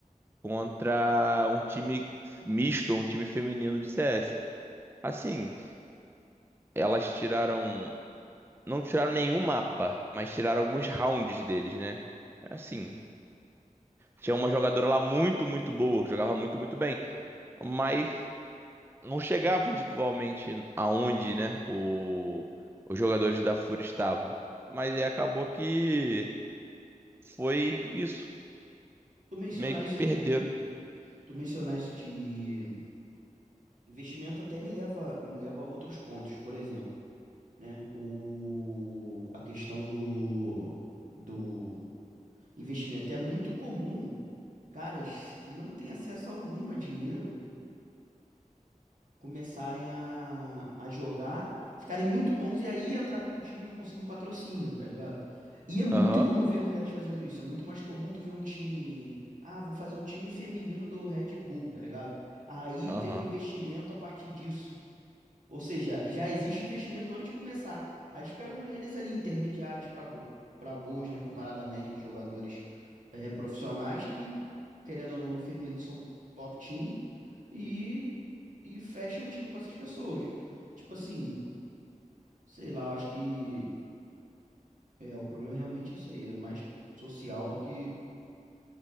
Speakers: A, on the right; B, on the right.
A: contra um time misto, um time feminino de CS. Assim, elas tiraram. Não tiraram nenhum mapa, mas tiraram alguns rounds deles, né? Assim. Tinha uma jogadora lá muito, muito boa, que jogava muito, muito bem. Mas não chegava individualmente aonde, né, o, os jogadores da FURIA estavam. Mas aí acabou que foi isso.
B: Tu mencionar
A: Meio que
B: isso
A: perderam.
B: de, tu mencionar isso de investimento até me leva, me leva a outros pontos, por exemplo. né? O, a questão do, do investimento. É muito comum caras que não têm acesso algum a dinheiro começarem a, a jogar, ficarem muito bons e aí entrar para um time e conseguir um patrocínio, tá ligado? E é muito
A: Aham,
B: incomum ver mulheres fazendo isso. É muito mais comum tu ver um time. Ah, vou fazer o time feminino do Red Bull, tá ligado? Aí
A: aham,
B: tem um investimento a partir disso. Ou seja, já existe investimento antes de começar. Aí Eles pegam mulheres ali intermediárias para para boas, né? Comparado à média de jogadores eh, profissionais que, querendo ou não, no feminino são top team e, e fecham um time com essas pessoas. Tipo assim, sei lá, eu acho que é, o problema realmente é isso aí, é mais social do que